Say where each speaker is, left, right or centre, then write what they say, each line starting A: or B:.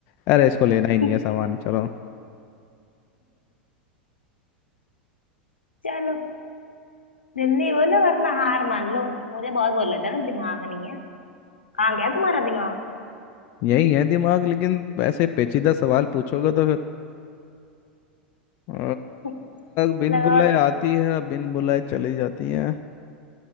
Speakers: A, on the left; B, on the left.
A: अरे इसको लेना
B: <laughs>
A: ही नहीं है सामान चलो
B: चलो जल्दी बोलो वरना हार मान लो मुझे बहुत बोल रहे थे ना दिमाग नहीं है कहाँ गया तुम्हारा दिमाग
A: यही है दिमाग लेकिन ऐसे पेचीदा सवाल पूछोगे तो फिर अ,
B: <laughs>
A: बिन
B: लगाओ
A: बुलाए
B: लगाओ
A: आती है बिन बुलाए चली जाती है